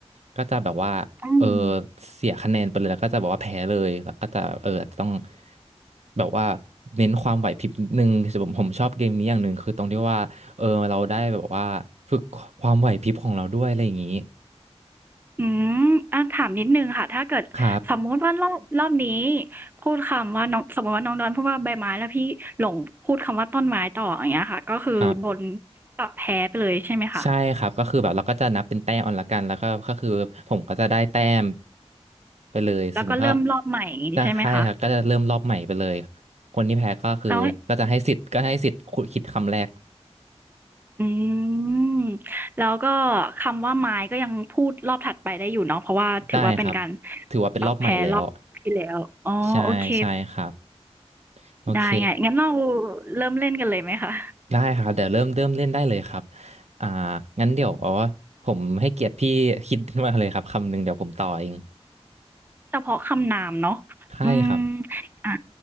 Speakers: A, on the right; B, on the right.
A: ก็จะแบบว่าเออ
B: อืม
A: เสียคะแนนไปเลยแล้วก็จะบอกว่าแพ้เลยแล้วก็จะเอออาจจะต้องแบบว่าเน้นความไหวพริบนิดนึงคือผมผมชอบเกมนี้อย่างหนึ่งคือตรงที่ว่าเออเราได้แบบว่าฝึกความไหวพริบของเราด้วยอะไรอย่างนี้
B: อืมอาถามนิดหนึ่งค่ะถ้าเกิดสมมุติว่ารอบรอบนี้
A: ครับ
B: พูดคำว่าน้องสมมุติว่าน้องดอนพูดว่าใบไม้แล้วพี่หลงพูดคำว่าต้นไม้ต่ออย่างเงี้ยค่ะก็คือโดน
A: ครับ
B: ปรับแพ้ไปเลยใช่ไหมคะ
A: ใช่ครับก็คือแบบเราก็จะนับเป็นแต้มเอาละกันแล้วก็ก็คือผมก็จะได้แต้มไปเลยสมมติถ้า
B: แล้วก็เริ่มรอบใหม่อย่างงี้ใช่ไหมคะ
A: จะใครครับก็จะเริ่มรอบใหม่ไปเลยคนที่แพ้ก็คือก็จะให้สิทธิ์ก็ให้สิทธิ์ขุดคิดคำแรก
B: แล้วอืมแล้วก็คำว่าไม้ก็ยังพูดรอบถัดไปได้อยู่เนาะเพราะว่าถือว่าเป็นการ
A: ได้ครับถือว่าเป็นรอบใหม่แล้ว
B: ปรับแพ้รอบที่แล้วอ๋อโอเค
A: ใช่ใช่ครับ
B: ๆได้ไงงั้นเรา
A: โอเค
B: เริ่มเล่นกันเลยไหมคะ
A: ได้ครับเดี๋ยวเริ่มเริ่มเล่นได้เลยครับอ่างั้นเดี๋ยวเอาว่าผมให้เกียรติพี่คิดมาเลยครับคำหนึ่งเดี๋ยวผมต่อเอง
B: เฉพาะคำนามเนาะอืม
A: ใช่ครับ
B: อ่า